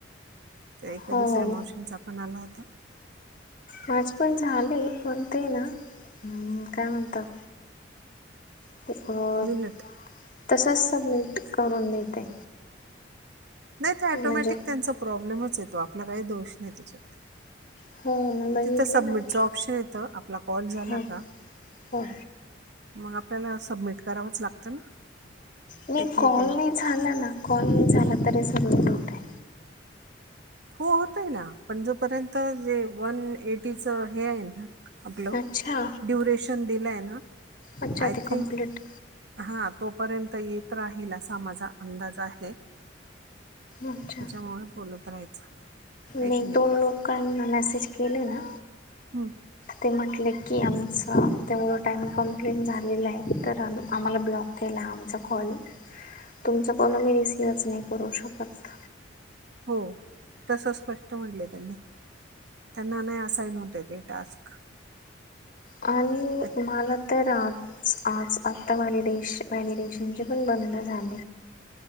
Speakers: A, on the right; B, on the left.
A: तर एका
B: हो
A: दुसऱ्या
B: हो
A: मावशींचा पण आला होता.
B: माझे पण झाले पण ते ना हम्म काय म्हणतात? <unintelligible>
A: मिनिट
B: तसंच सबमिट करून देते.
A: नाही ते ऑटोमॅटिक
B: म्हणजे
A: त्यांचा प्रॉब्लेमच येतो आपला काही दोष नाही त्याच्यात
B: हो मी बघितले
A: तिथं सबमिटचं
B: नंतर
A: ऑप्शन येतं आपला कॉल झाला
B: हो
A: का
B: हो
A: मग आपल्याला सबमिट करावंच लागतं ना
B: नाही
A: टेक्निकली
B: कॉल नाही झाला ना कॉल नाही झाला तरी सबमिट होतोय
A: हो होत आहे ना पण जोपर्यंत जे वन एटीच हे आहे ना आपलं
B: अच्छा
A: ड्युरेशन दिलंय ना
B: अच्छा
A: आय
B: ते कंप्लीट
A: थिंक हा तोपर्यंत येत राहील असा माझा अंदाज आहे
B: अच्छा
A: त्याच्यामुळे बोलत राहायचं आहे
B: मी
A: की नाही
B: दोन लोकांना मेसेज केले ना
A: हम्म
B: ते म्हटले की आमचां तेवढं टाईम कं्प्लीट झालेला आहे तर आम आम्हाला ब्लॉक त्याला आमचा कॉल तुमचं कॉल आमी रिसीव्हच नाही करू शकत
A: हो तस स्पष्ट म्हटले त्यांनी त्यांना नाही असाईन होत येत टास्क
B: आणि
A: ऍक-
B: मला तर आज आज आत्ता व्हॅलिडेश व्हॅलिडेशनचे पण बंद झाले